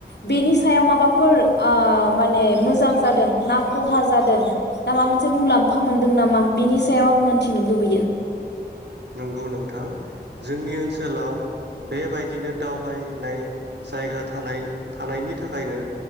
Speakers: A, on the left; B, on the right.
A: बेनि सायाव माबाफोर ओ माने मोजां जादों ना खहा जादों ना माबा मोनसे मुलाम्फा मोनदों नामा? बिनि सायाव आं मोनथिनो लुबैयो।
B: नंगौ नोंथां जोंनि ओनसोलाव बेबायदिनो दावबायनाय जायगा थानाय थानायनि थाखायनो